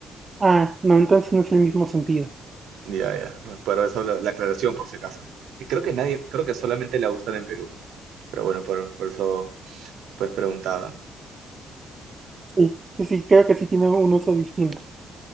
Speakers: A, on the right; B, on the right.
A: Ah, no, entonces no es el mismo sentido.
B: Ya, ya. Pero eso la, la aclaración, por si acaso. Que creo que nadie, creo que solamente la usan en Perú. Pero bueno, por, por eso pues preguntaba.
A: Sí, sí, sí, creo que sí tiene un uso distinto.